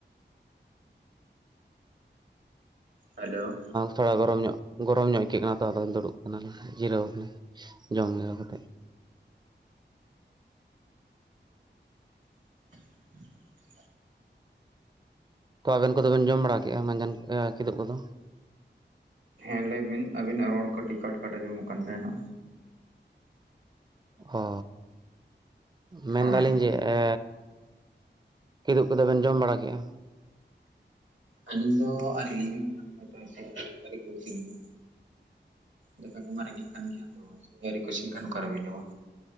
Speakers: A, on the right; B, on the right.
A: ᱦᱮᱞᱳ᱾
B: ᱛᱷᱚᱲᱟ ᱜᱚᱨᱚᱢ ᱧᱚᱜ ᱜᱚᱨᱚᱢ ᱧᱚᱜ ᱟᱹᱭᱠᱟᱹᱜ ᱠᱟᱱᱟ ᱛᱚ ᱟᱫᱚ ᱫᱩᱲᱩᱵ ᱠᱟᱱᱟᱞᱤᱧ ᱡᱤᱨᱟᱹᱣ ᱠᱟᱱᱟ ᱡᱚᱢ <unintelligible> ᱠᱟᱛᱮ
A: <unintelligible>
B: ᱛᱚ ᱟᱵᱤᱱ ᱠᱚᱫᱚᱵᱮᱱ ᱡᱚᱢ ᱵᱟᱲᱟ ᱠᱮᱜᱼᱟ ᱢᱟᱡᱟᱱ ᱠᱤᱫᱩᱵ ᱠᱚᱫᱚ?
A: ᱦᱮᱸ ᱞᱟᱹᱭ ᱵᱤᱱ ᱟᱵᱤᱱᱟᱜ ᱨᱚᱲ ᱠᱟᱹᱴᱤᱡ ᱠᱟᱴ ᱠᱟᱴ ᱟᱡᱚᱢᱚᱜ ᱠᱟᱱ ᱛᱟᱦᱮᱱᱟ᱾
B: ᱦᱚ ᱢᱮᱱᱫᱟᱞᱤᱧ
A: ᱦᱳᱭ
B: ᱡᱮᱼᱼ ᱮᱻ ᱠᱤᱫᱩᱵ ᱠᱚᱫᱚ ᱵᱮᱱ ᱡᱚᱢ ᱵᱟᱲᱟ ᱠᱮᱫᱟ?
A: ᱟᱹᱞᱤᱧ ᱫᱚ ᱟᱹᱣᱨᱤ ᱞᱤᱧ <inaudible> ᱟᱹᱨᱤ ᱠᱚ ᱤᱥᱤᱱᱟ ᱫᱟᱠᱟ ᱠᱚᱢᱟ ᱨᱮᱸᱜᱮᱡ ᱠᱟᱱ ᱜᱮᱭᱟ ᱛᱚ ᱤᱥᱤᱱ ᱜᱮ ᱟᱣᱨᱤ ᱠᱚ ᱤᱥᱤᱱ ᱠᱷᱟᱱ ᱚᱠᱟᱨᱮ ᱵᱮᱱ ᱡᱚᱢᱟ᱾